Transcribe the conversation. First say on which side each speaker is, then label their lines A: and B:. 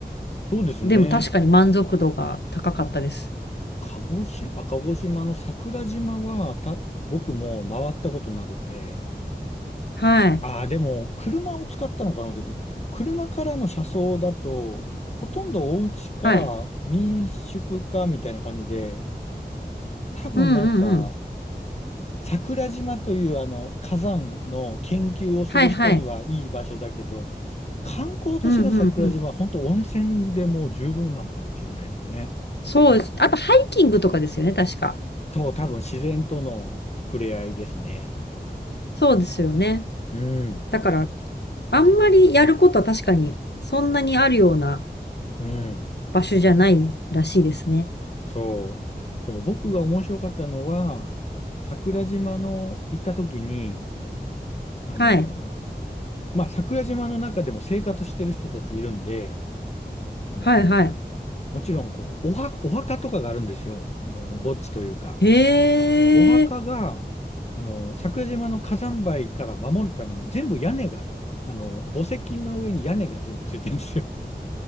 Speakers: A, on the left (about 40°); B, on the left (about 80°).
A: そうですね。
B: でも確かに満足度が高かったです。
A: 鹿児島、鹿児島の桜島はた、僕も回ったことなくて、
B: はい。
A: ああ、でも、車を使ったのかな、あの時。車からの車窓だと、ほとんどお家か民宿かみたいな感じで、
B: はい。
A: 多分なんか、
B: うんうんうん。
A: 桜島というあの火山の研究をする人にはいい場所だけど、
B: はいはい。
A: 観光都市の桜島は本当温泉でもう十分なのかもしれないですね。
B: うんうんうん。そうです。あと、ハイキングとかですよね、確か。
A: そう、多分自然との触れ合いですね。
B: そうですよね。
A: うん、
B: だから、あんまりやることは確かに、そんなにあるような
A: うん。
B: 場所じゃないらしいですね。
A: そう。でも僕が面白かったのは、桜島の行った時に、あの、
B: はい。
A: まあ、桜島の中でも生活してる人たちいるんで、あの、
B: はいはい。
A: もちろん、こう、おは、お墓とかがあるんですよ。あの、墓地というか。
B: へえ。
A: お墓が、あの、桜島の火山灰から守るために全部屋根が、あの、墓石の上に屋根が全部ついてるんですよ。<laughs>